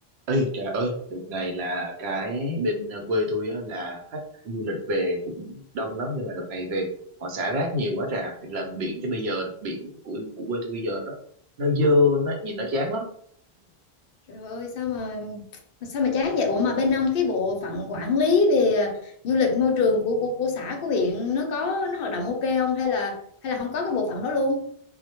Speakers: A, on the right; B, on the left.
A: Ê trời ơi, đợt này là cái bên ờ, quê tôi á, là khách du lịch về cũng đông lắm nhưng mà đợt này về họ xả rác nhiều quá trà làm biển cho bây giờ biển của của quê tôi bây giờ nó nó dơ nó nhìn nó chán lắm
B: Trời ơi sao mà sao mà chán vậy? Ủa mà bên ông cái bộ phận quản lý về à, du lịch môi trường của của của xã của huyện nó có nó hoạt động ok không hay là hay là không có cái bộ phận đó luôn?